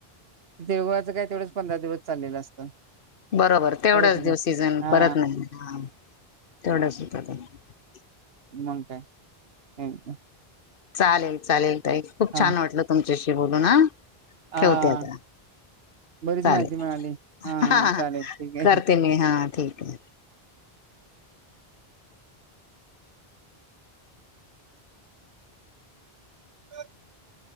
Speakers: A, on the right; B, on the left.
A: ते तिळगुळाच काय तेवढंच पंधरा दिवस चाललेलं असतं.
B: बरोबर तेवढाच
A: परत
B: दिवस सीझन
A: हा
B: परत नाही. हा तेवढाच <unintelligible>
A: मंग काय? हम्म हम.
B: चालेल चालेल ताई, खूप
A: हा
B: छान वाटलं तुमच्याशी बोलून हा.
A: हा
B: ठेवते आता.
A: बरीच
B: चालेल
A: माहिती मिळाली
B: हा
A: चालेल ठीक आहे.
B: करते मी हा ठीक आहे.
A: <inaudible>